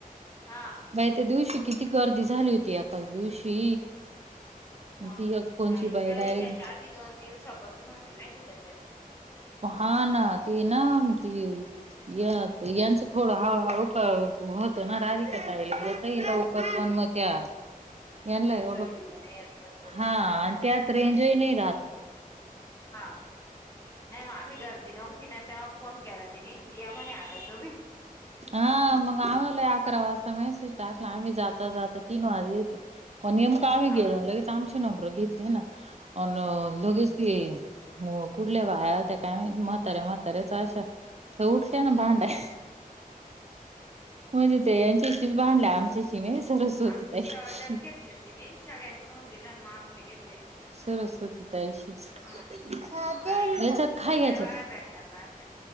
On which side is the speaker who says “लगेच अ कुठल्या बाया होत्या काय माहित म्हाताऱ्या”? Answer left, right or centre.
Right